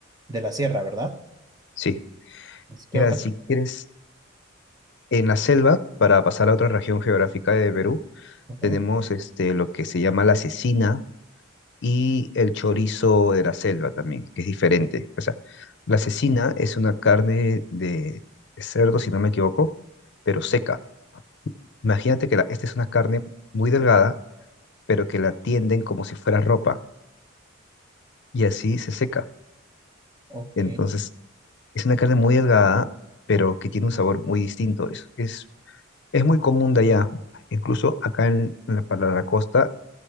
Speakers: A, on the right (about 20°); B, on the left (about 55°).
A: de la sierra, ¿verdad?
B: Sí,
A: ¿Qué
B: mira,
A: otra?
B: si quieres, en la selva, para pasar a otra región geográfica de Perú,
A: Ok,
B: Tenemos este, lo que se llama la cecina y el chorizo de la selva también, que es diferente. O sea, la cecina es una carne de cerdo, si no me equivoco, pero seca. Imagínate que la- esta es una carne muy delgada, pero que la tienden como si fuera ropa y así se seca.
A: ok.
B: Entonces, es una carne muy delgada, pero que tiene un sabor muy distinto. Es, es, es muy común de allá. Incluso acá en, en la, para la costa